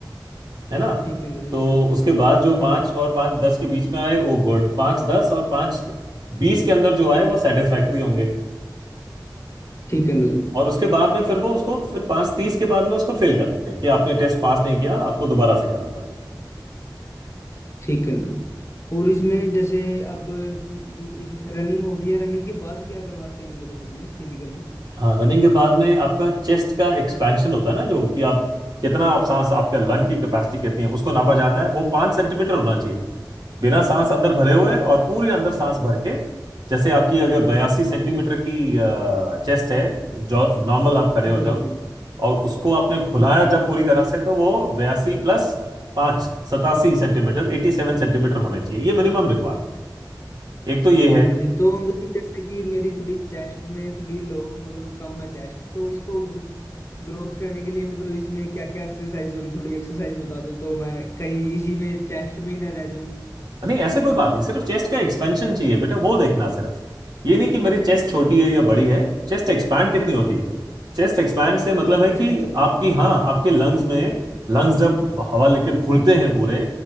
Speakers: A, on the right (about 60°); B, on the left (about 35°).
A: है ना
B: ठीक है अंकल जी
A: तो उसके बाद जो पाँच
B: हाँ जी
A: और पाँच दस के बीच में आए वो गुड पाँच दस और पाँच बीस के अंदर जो आए वो सेटिस्फैक्ट्री होंगे
B: ठीक है अंकल जी
A: और उसके बाद में फिर वो उसको फिर पाँच तीस के बाद में उसको फेल कर देते हैं कि आपने टेस्ट पास नहीं किया आपको दोबारा से करना पड़ेगा
B: ठीक है अंकल जी और इसमें जैसे अब इस रनिंग हो गई है रनिंग के बाद क्या करवाते हैं मतलब उसमें फिजिकल में
A: हाँ रनिंग के बाद में आपका चेस्ट का एक्सपेंशन होता है ना जो कि आप कितना आप सांस आपका लंग की कैपेसिटी कितनी है उसको नापा जाता है वो पांच सेंटीमीटर होना चाहिए बिना सांस अंदर भरे हुए और पूरे अंदर सांस
B: हाँ जी
A: भर के जैसे आपकी अगर बयासी सेंटीमीटर की चेस्ट है जो नॉर्मल आप खड़े
B: हाँ
A: हो जाओ
B: जी हाँ जी,
A: और उसको आपने फुलाया
B: ठीक है अंकल
A: जब पूरी तरह से तो वो बयासी प्लस पांच सतासी सेंटीमीटर एटी सेवन सेंटीमीटर होने चाहिए
B: जी
A: ये मिनिमम रिक्वायरमेंट एक तो ये
B: ठीक
A: है
B: अंग्रेजी तो अंग्रेजी जैसे कि मेरी थोड़ी चेस्ट में थोड़ी लो मतलब कम है चेस्ट तो इसको ग्रोथ करने के लिए मतलब इसमें क्या क्या एक्सरसाइज होगी थोड़ी एक्सरसाइज बता दो तो मैं कहीं इसी में चेस्ट में ही ना रह जाऊं
A: नहीं ऐसे कोई बात नहीं सिर्फ चेस्ट का एक्सपेंशन चाहिए बेटा वो देखना सिर्फ ये नहीं कि मेरी चेस्ट छोटी है या बड़ी है चेस्ट एक्सपैंड कितनी होती है चेस्ट एक्सपैंड से मतलब है
B: अच्छा
A: कि
B: ex-
A: आपकी हाँ आपके लंग्स में लंग्स जब हवा लेके फूलते हैं पूरे